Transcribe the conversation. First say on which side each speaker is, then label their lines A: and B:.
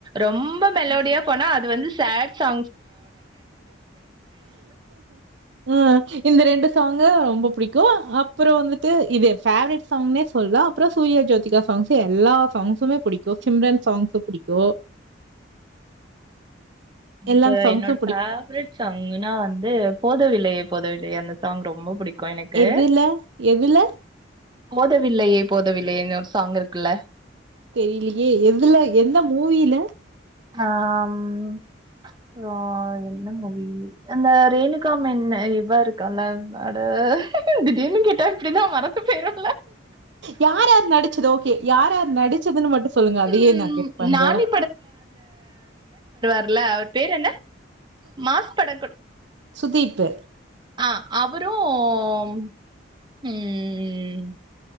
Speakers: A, on the right (about 20°); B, on the right (about 60°).
A: ரொம்ப மெலோடியா போனா அது வந்து சேடு சா
B: ஆஹ் இந்த ரெண்டு சாங்கு ரொம்ப புடிக்கு அப்புறோ வந்துட்டு இது எ ஃபேவரெட் சாங்னே சொல்லா அப்புறோ சூர்யா ஜோதிகா சாங்ஸ எல்லா சாங்ஸுமே புடி கு சிம்ரன் சாங்ஸு புடிக்கு
A: எனக்கு
B: எல்லா சாங்ஸு
A: என்னோட ஃபேவரட் சாங்குனா வந்து போதவில்லையே போதவில்லையே அந்த சாங் ரொம்ப புடிக் கு எனக்கு
B: எதுல எதுல
A: போதவில்லையே போதவில்லையே இன்னொரு சாங் இருக்குல்ல
B: தெரியலையே எதுல எந்த மூவில
A: ஆஹ் ஆஹ் என்ன மூவி அந்த ரேணுகாமனு இவ இருக்கால்ல அட திடீர்னு கேட்டா இப்படிதா மறந்து போயிரு
B: யாராரு நடிச்சது ஓகே யாரார் நடிச்சதுன்னு மட்டு சொல்லுங்க அதையே
A: ம்
B: நா கெஸ் பண்றே
A: நானி ல்ல பேர் என்ன மாஸ் படக்கணு
B: சுதீப்பு
A: அஹ் அவரும் உம்